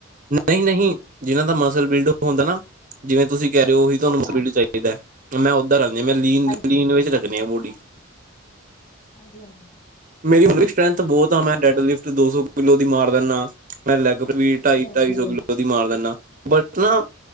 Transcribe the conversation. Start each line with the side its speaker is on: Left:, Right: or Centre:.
Right: ਨਹੀਂ-ਨਹੀਂ, ਜਿਨ੍ਹਾਂ ਦਾ ਮਸਲ ਬਿਲਡ ਹੁੰਦਾ ਨਾ ਜਿਵੇਂ ਤੁਸੀਂ ਕਹਿ ਰਹੇ, ਓਵੀ ਤੁਹਾਨੂੰ
Left: ਹਾਂਜੀ ਹਾਂਜੀ
Right: ਚਾਹੀਦਾ ਹੈ ਮੈਂ ਓਦਾਂ ਕਰਨੀ ਮੈਂ ਲੀਨ-ਲੀਨ
Left: ਹਾਂਜੀ
Right: ਵਿੱਚ ਰੱਖਣੀ ਆ ਬੌਡੀ।
Left: ਹਾਂਜੀ-ਹਾਂਜੀ।
Right: ਮੇਰੀ ਹੁਣ ਵੀ ਸਟੈ੍ਂਥ ਬਹੁਤ ਆ ਮੈਂ ਡੈਡਲਿਫ਼ਟ ਦੋ ਸੌ ਕਿਲੋ ਦੀ ਮਾਰ ਦਿੰਣਾ ਮੈਂ ਲੈਗ ਵੀ ਢਾਈ-ਢਾਈ
Left: ਨਹੀਂ ਜੀ
Right: ਸੌ
Left: ਨਹੀਂ
Right: ਕਿਲੋ ਦੀ ਮਾਰ ਦਿਣਾ ਬਟ ਨਾ,